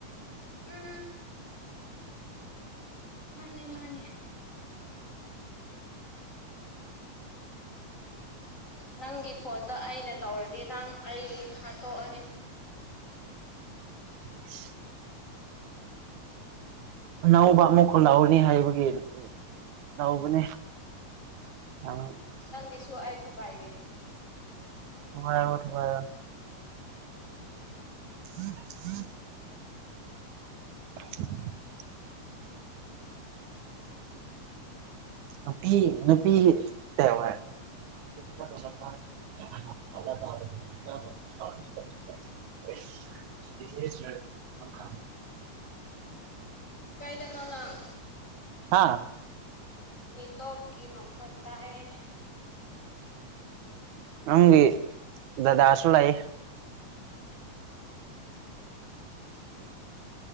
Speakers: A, on the left; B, on the right.
A: ꯎꯝ ꯃꯥꯅꯦ ꯃꯥꯅꯦ ꯅꯪꯒꯤ ꯐꯣꯟꯗꯣ ꯑꯩꯅ ꯇꯧꯔꯗꯤ ꯅꯪ ꯑꯩ ꯍꯥꯠꯇꯣꯛꯑꯅꯤ
B: ꯑꯁ ꯑ ꯅꯧꯕ ꯑꯃꯨꯛꯈ ꯂꯧꯎꯅꯤ ꯍꯥꯏꯕꯒꯤ ꯇꯧꯕꯅꯦ ꯑꯪ
A: ꯅꯪꯗꯤꯁꯨ ꯑꯩ ꯊꯨꯒꯥꯏꯒꯦ
B: <unintelligible> <inaudible> <inaudible> ꯅꯨꯄꯤ ꯅꯨꯄꯤ <unintelligible> <inaudible> <unintelligible>
A: ꯀꯥꯏꯗꯅ‌ꯣ ꯅꯪ
B: ꯍꯥꯥ
A: ꯃꯤꯇꯣꯞꯀꯤ ꯃꯈꯣꯟ ꯇꯥꯏꯌ‌ꯦ
B: ꯅꯪꯒꯤ ꯗꯗꯥꯁꯨ ꯂꯩ